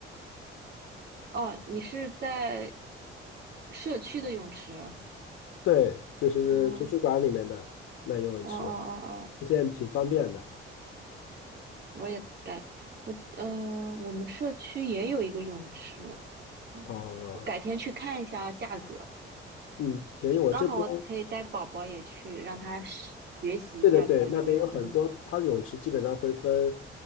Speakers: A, on the right (about 50°); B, on the left (about 80°).
A: 哦，你是在社区的泳池？
B: 对，就是图书馆里面的那游泳池，
A: 哦哦哦哦哦，
B: 现在挺方便的。
A: 我也改，我呃，我们社区也有一个泳池，啊
B: 哦，
A: 我改天去看一下价格，
B: 嗯，便宜。我这边，
A: 刚好我可以带宝宝也去，让他学学习一下怎么游泳。
B: 对对对，那边有很多，
A: 嗯，
B: 它泳池基本上会分，